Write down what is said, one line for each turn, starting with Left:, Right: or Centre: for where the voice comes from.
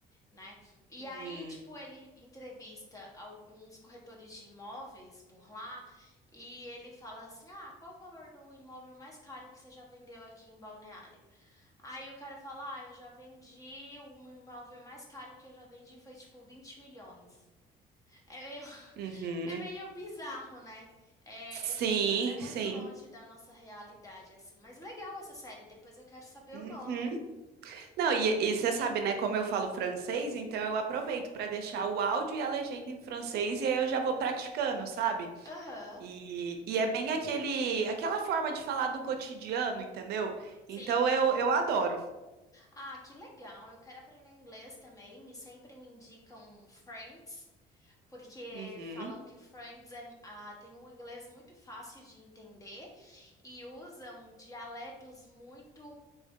Left: né? E aí,
Right: Hum,
Left: tipo, ele entrevista alguns corretores de imóveis por lá e ele fala assim: Ah, qual o valor do imóvel mais caro que você já vendeu aqui em Balneário? Aí o cara fala: Ah, eu já vendi, o imóvel mais caro que eu já vendi foi tipo 20 milhões. É meio, <laughs>
Right: uhum.
Left: é meio bizarro, né? É,
Right: Sim,
Left: é muito, é muito
Right: sim.
Left: longe da nossa realidade, assim. Mas legal essa série, depois eu quero saber
Right: Uhum.
Left: o nome.
Right: Não, e, e você sabe, né, como eu falo francês, então eu aproveito para deixar o áudio e a legenda em francês e aí eu já vou praticando, sabe?
Left: Aham,
Right: E, e é bem aquele, aquela forma de falar do cotidiano, entendeu?
Left: sim.
Right: Então eu, eu adoro.
Left: Ah, que legal. Eu quero aprender inglês também. Me sempre me indicam Friends. Porque
Right: Uhum.
Left: falam que Friends é, ah, tem um inglês muito fácil de entender e usam dialetos muito